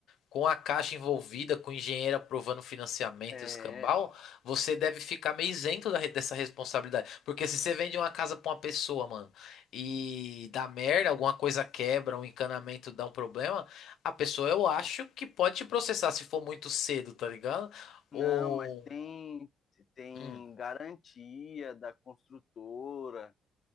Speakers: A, on the left (about 75°); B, on the left (about 40°).
A: com a Caixa envolvida, com o engenheiro aprovando financiamento
B: É,
A: e os cambal, você deve ficar meio isento da re- dessa responsabilidade. Porque se você vende uma casa pra uma pessoa, mano, e dá merda, alguma coisa quebra, um encanamento dá um problema, a pessoa eu acho que pode te processar se for muito cedo, tá ligado?
B: não,
A: Ou.
B: mas tem, tem
A: Hum.
B: garantia da construtora,